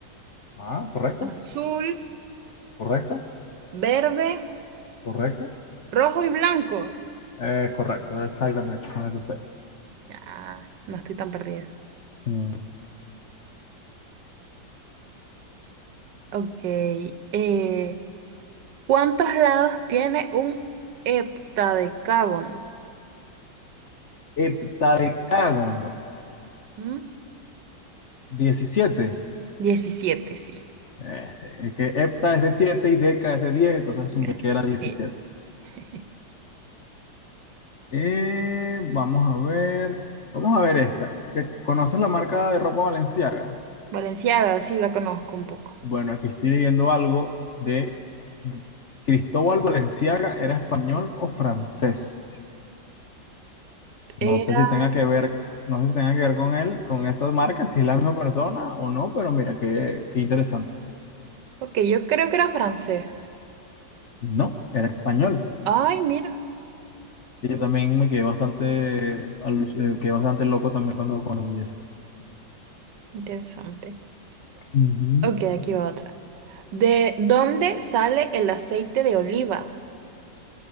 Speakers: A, on the left; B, on the right.
A: Ah, correcto,
B: azul,
A: correcto,
B: verde,
A: correcto,
B: rojo y blanco.
A: eh, correcto, exactamente, son esos seis.
B: Ya, no estoy tan perdida.
A: Mm.
B: Ok. eh, ¿Cuántos lados tiene un heptadecágono?
A: Heptadecágono,
B: ¿Mm?
A: Diecisiete.
B: 17, sí.
A: Eh, es que hepta es de 7 y deca es de 10, entonces asumí
B: Ya,
A: que era 17.
B: Sí. <laughs>
A: Eh, vamos a ver, vamos a ver esta. ¿Te conoces la marca de ropa Valenciaga?
B: Valenciaga, sí, la conozco un poco.
A: Bueno, aquí estoy leyendo algo de Cristóbal Valenciaga, ¿era español o francés? No
B: Era...
A: sé si tenga que ver, no sé si tenga que ver con él, con esas marcas, si es la misma persona o no, pero mira, qué, qué interesante.
B: Ok, yo creo que era francés.
A: No, era español.
B: Ay, mira,
A: Y yo también me quedé bastante, alu- eh, quedé bastante loco también cuando, cuando vi eso.
B: interesante.
A: Ujú.
B: Ok, aquí va otra. ¿De dónde sale el aceite de oliva?